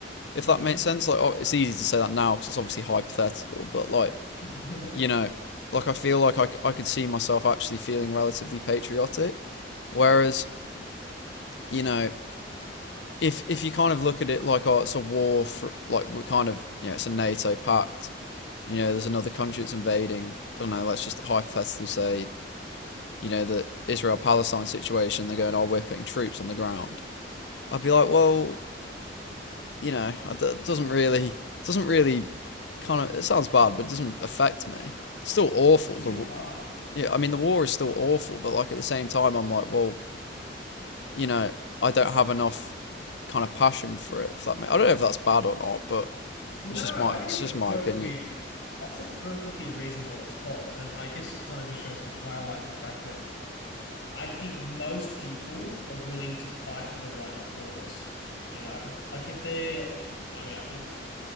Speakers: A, on the left; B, on the left.
A: hmm
B: if that makes sense. Like, oh, it's easy to say that now because it's obviously hypothetical, but like,
A: <laughs>
B: you know, like I feel like I I could see myself actually feeling relatively patriotic, whereas you know. If, if you kind of look at it like oh it's a war for like we're kind of you know it's a NATO pact you know, there's another country that's invading. I don't know, let's just hypothetically say, you know, the Israel Palestine situation, they're going, oh, we're putting troops on the ground. I'd be like, well, you know, it doesn't really, doesn't really kind of, it sounds bad, but it doesn't affect me. It's still awful.
A: It's too
B: The,
A: far.
B: yeah, I mean, the war is still awful, but like at the same time, I'm like, well, you know, I don't have enough kind of passion for it. If that, ma- I don't know if that's bad or not, but
A: No,
B: it's just my,
A: I think
B: it's
A: that's
B: just
A: a perfectly
B: my opinion.
A: that's a perfectly reasonable response. And I guess it kind of just shows to highlight the fact that I think most people are willing to fight for the right cause, you know? Like if they're I mean, I, I don't